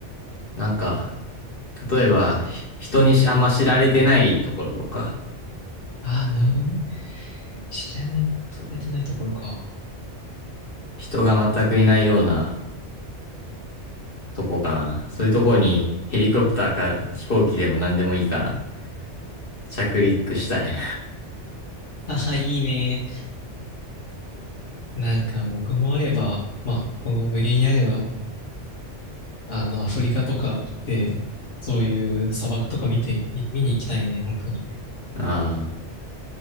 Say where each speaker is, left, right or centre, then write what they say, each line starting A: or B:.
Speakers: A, on the left (about 50°); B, on the left (about 80°).
A: なんか、例えば、ひ人にしあんま知られてないところとか、
B: ああー、なるほどね。知らない、
A: そう
B: 知られてないところか。
A: 人が全くいないような、とこかな。そういうとこにヘリコプターか飛行機でも何でもいいから着陸したい。
B: ああ、いいね。なんか、僕もあれば、まあ、この無限にあれば、あの、アフリカとか行って、そういう砂漠とか見て、見、見に行きたいね、本当に。
A: <laughs> ああ、